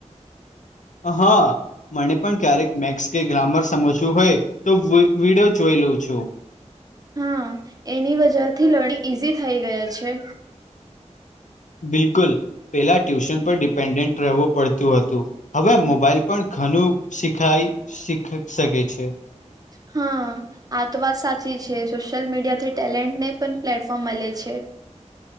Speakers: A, on the left (about 80°); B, on the right (about 30°).
A: હા. મને પણ ક્યારેક મેક્સ કે ગ્રામર સમજવું હોય તો હું એક વિડિયો જોઈ લઉં છું.
B: હા એની વજહ થી લર્નિંગ ઈઝી થઈ ગયા છે.
A: બિલકુલ પેલા ટ્યુશન પર ડિપેન્ડન્ટ રહેવું પડતું હતું. હવે મોબાઈલ પણ ઘણું શીખાય શીખ શકે છે.
B: હા. આ તો વાત સાચી છે સોશિયલ મીડિયા થી ટેલેન્ટ ને પણ પ્લેટફોર્મ મલે છે.